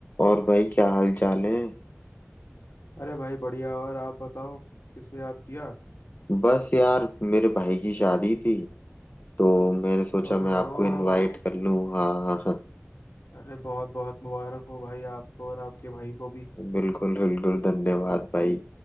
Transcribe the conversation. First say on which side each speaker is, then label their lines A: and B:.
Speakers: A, on the left (about 40°); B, on the left (about 75°).
A: और भाई क्या हाल चाल है
B: अरे भाई बढ़िया और आप बताओ किसे याद किया
A: बस यार मेरे भाई की शादी थी तो मैंने सोचा
B: ओहो
A: मैं आपको इनवाइट कर लूं हाँ हाँ हाँ
B: अरे बहुत बहुत मुबारक हो भाई आपको और आपके भाई को भी
A: बिल्कुल बिल्कुल धन्यवाद भाई